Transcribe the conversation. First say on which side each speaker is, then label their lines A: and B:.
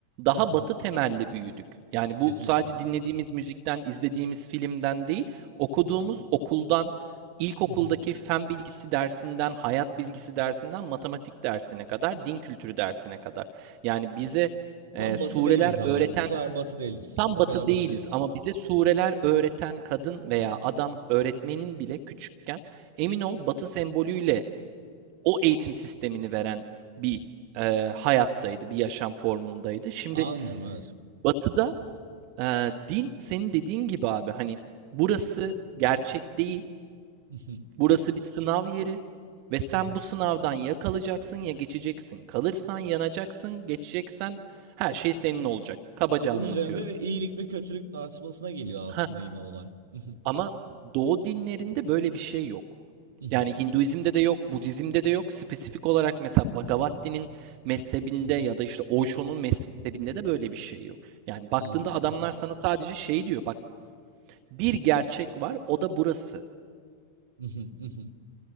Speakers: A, on the right; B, on the right.
A: daha
B: <laughs>
A: Batı temelli büyüdük. Yani bu
B: Kesinlikle.
A: sadece dinlediğimiz müzikten, izlediğimiz filmden değil, okuduğumuz
B: <laughs>
A: okuldan, ilkokuldaki
B: Hı hı.
A: fen bilgisi dersinden, hayat bilgisi dersinden, matematik dersine kadar, din kültürü dersine kadar. Yani bize
B: Tam
A: ee, sureler
B: batı değiliz ama.
A: öğreten
B: Bu kadar batı değiliz.
A: tam
B: O
A: batı
B: kadar
A: değiliz
B: batı değiliz.
A: ama bize sureler öğreten kadın veya
B: Hı hı.
A: adam öğretmenin bile küçükken emin ol batı sembolüyle o eğitim sistemini veren bir e, hayattaydı, bir yaşam formundaydı. Şimdi
B: Anlıyorum evet.
A: batıda e, din senin dediğin gibi abi hani burası gerçek değil,
B: Hı hı.
A: burası bir sınav yeri ve sen
B: Hı hı.
A: bu sınavdan ya kalacaksın ya geçeceksin. Kalırsan yanacaksın, geçeceksen her şey senin olacak. Kabaca
B: İşte bunun
A: anlatıyorum.
B: üzerinde ve iyilik ve kötülük tartışmasına geliyor aslında
A: Ha,
B: yine olay. Hı hı.
A: Ama Doğu dinlerinde böyle bir şey yok.
B: Hı hı.
A: Yani Hinduizm'de de yok, Budizm'de de yok. Spesifik olarak mesela Bhagavad Gita'nın mezhebinde
B: Hı hı.
A: ya da işte Osho'nun mezhebinde de böyle bir şey yok. Yani
B: Anladım.
A: baktığında adamlar
B: Hı hı.
A: sana sadece şey diyor. Bak bir gerçek var, o da burası.
B: Hı hı. Hı hı.